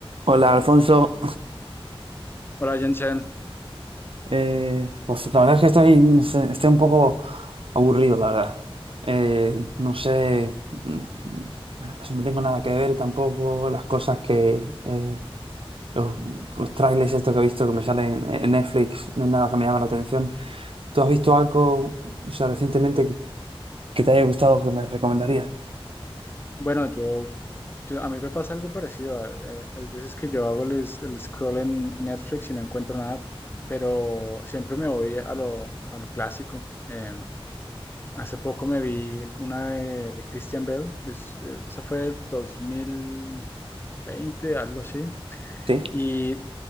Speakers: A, on the right; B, on the left.
A: Hola, Alfonso.
B: Hola Jensen,
A: Eh, pues la verdad es que estoy, no sé, estoy un poco aburrido, la verdad. Eh, no sé, mm, pues no tengo nada que ver tampoco. Las cosas que, eh, los, los trailers estos que he visto que me salen en Netflix, no es nada que me llame la atención. ¿Tú has visto algo, o sea, recientemente que, que te haya gustado que me recomendarías?
B: bueno, yo, yo- a mí me pasa algo parecido. eh, hay veces que yo hago el, es- el scroll en Netflix y no encuentro nada, pero siempre me voy a lo, a lo clásico. Eh, hace poco me vi una de, de Christian Bale. es, eh, esa fue el dos mil veinte, algo así.
A: Sí.
B: Y